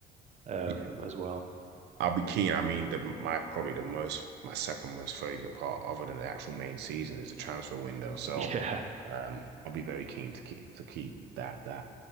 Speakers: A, on the right (about 40°); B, on the right (about 80°).
A: um,
B: Yeah.
A: as well.
B: I'll be keen. I mean, the my probably the most my second most favorite part, other than the actual main season, is the transfer window. So,
A: Yeah,
B: um, I'll be very keen to keep to keep that that